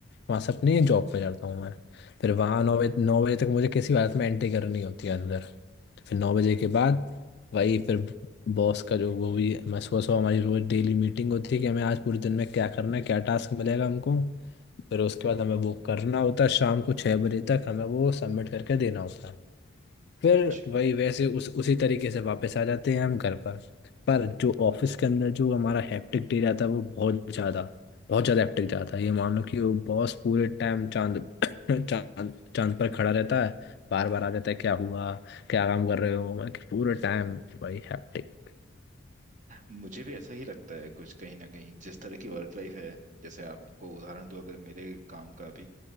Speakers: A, on the left (about 50°); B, on the right (about 35°).
A: वहाँ से अपनी जॉब पे जाता हूँ मैं फिर वहाँ नौ बजे नौ बजे तक मुझे किसी हालत में एंट्री करनी होती है अंदर तो फिर नौ बजे के बाद वही फिर बॉस का जो वो भी मैं सुबह सुबह हमारी रोज डेली मीटिंग होती है कि हमें आज पूरे दिन में क्या करना है क्या टास्क मिलेगा हमको फिर उसके बाद हमें वो करना होता है शाम को छः बजे तक हमें वो सबमिट करके देना होता है फिर
B: अच्छा
A: वही वैसे उस उसी तरीके से वापस आ जाते हैं हम घर पर पर जो ऑफिस के अंदर जो हमारा हैप्टिक डे जाता है वो बहुत ज्यादा बहुत ज्यादा हैप्टिक जाता है ये मान लो कि वो बॉस पूरे टाइम चांद <coughs> चांद चांद पर खड़ा रहता है बार बार आ जाता है क्या हुआ क्या काम कर रहे हो मैं कि पूरे टाइम वही हैप्टिक
B: मुझे भी ऐसा ही लगता है कुछ कहीं ना कहीं जिस तरह की वर्क लाइफ है जैसे आपको उदाहरण दूं अगर मेरे काम का भी